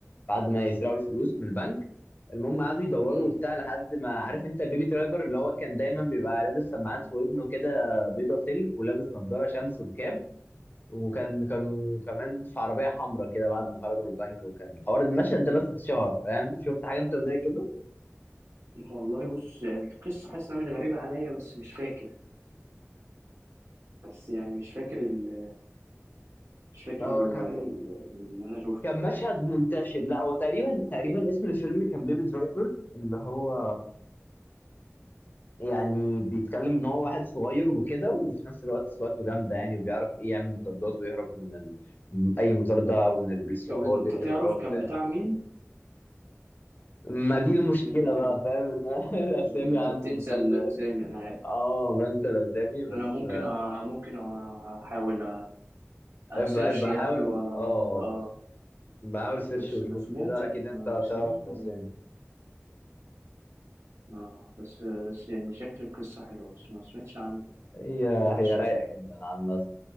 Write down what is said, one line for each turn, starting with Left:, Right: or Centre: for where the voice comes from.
Left: بعد ما يسرقوا الفلوس من البنك المهم قعدوا يدوروا
Right: امم
Left: وبتاع لحد ما عارف انت بيبي درايفر اللي هو كان دايما بيبقى لابس سماعات في ودنه كده بيضه سلك ولابس نضاره شمس وكاب وكان كانوا كمان في عربية حمراء كده بعد ما خرجوا من البنك وكان الحوار المشهد ده بس اتشهر فاهم شفت حاجة انت زي كده
Right: والله بص يعني القصة حاسس انها مش غريبة عليا بس مش فاكر بس يعني مش فاكر ال... مش فاكر
Left: هو
Right: ال...
Left: كان
Right: ال... اللي انا شفته
Left: كان مشهد منتشر لا هو تقريبا تقريبا اسم الفيلم كان بيبي درايفر اللي هو يعني بيتكلم ان هو واحد صغير وكده وفي نفس الوقت سواقته جامده يعني وبيعرف ايه يعمل مطاردات ويهرب من ال... من اي مطارده او من البوليس
Right: طب
Left: لو هو
Right: انت
Left: بيجري
Right: تعرف
Left: وراه وبتاع
Right: كان بتاع مين
Left: ما دي المشكله
Right: او تقدر تقول
Left: بقى
Right: لي
Left: فاهم ان أنا <laughs> الاسامي
Right: ما انت
Left: عندي
Right: بتنسى
Left: مش قد
Right: الاسامي
Left: كده
Right: انا عارف
Left: اه بنسى الاسامي بس
Right: انا ممكن أ... ممكن أ- احاول اسيرش
Left: ابقى ابقى
Right: يعني
Left: حاول
Right: و... و...
Left: اه
Right: اه
Left: بحاول سيرش
Right: بس
Left: وشوف
Right: ما سمعتش
Left: كده اكيد انت
Right: ما
Left: هتعرف
Right: سمعتش
Left: الاسامي
Right: يعني ما بس بس يعني شكل القصة حلوة بس ما سمعتش عنه ما
Left: هي
Right: سمعتش
Left: هي
Right: اسمه
Left: رايقه جدا عامه